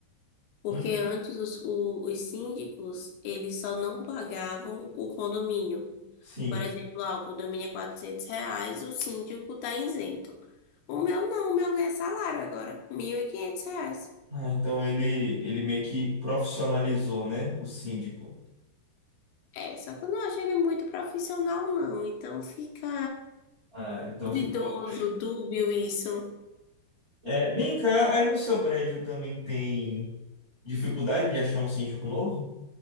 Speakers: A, on the left (about 75°); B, on the right (about 25°).
A: Porque
B: Hum,
A: antes os, o- os síndicos, eles só não pagavam o condomínio.
B: sim.
A: Por exemplo, ah, o condomínio é 400 reais, o síndico tá isento. O meu não, o meu é salário agora, 1.500 reais.
B: Ah, então ele, ele meio que profissionalizou, né? O síndico.
A: É, só que eu não acho ele muito profissional, não. Então fica
B: Ah, então
A: duvidoso,
B: ficou.
A: dúbio isso,
B: É, vem cá, aí no seu prédio também tem dificuldade de achar um síndico novo?